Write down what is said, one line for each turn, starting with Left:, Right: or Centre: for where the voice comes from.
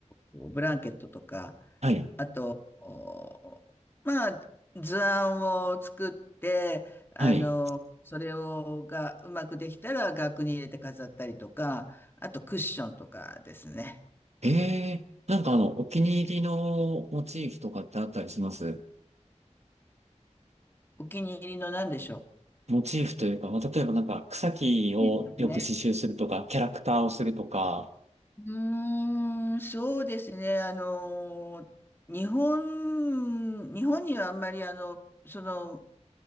Left: ブランケットとか、
Right: はい、
Left: あと、おまあ、図案を作って、あの、
Right: はい。
Left: それをがうまくできたら額に入れて飾ったりとか、あとクッションとかですね。
Right: ええなんかあの、お気に入りのモチーフとかってあったりします
Left: お気に入りの何でしょ
Right: モチーフというか、まあ、例えばなんか草木をよく刺繍するとか、
Left: ういいでうね。
Right: キャラクターをするとか、
Left: うーん、そうですね。あの、日本、日本にはあんまりあの、その